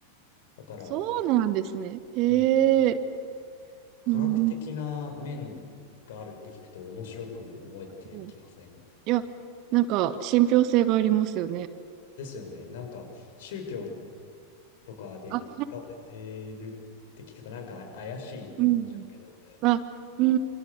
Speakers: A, on the left; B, on the right.
A: だから、
B: そうなんですね。へえ。
A: うん科学的な面があるって聞くと面白く思えてきません。
B: うん。うんいや、なんか、信憑性がありますよね。
A: ですよね。なんか、宗教っとかで使われてるって聞くとなんか怪しいって思っちゃうけど、
B: あ、うん。あ、うんう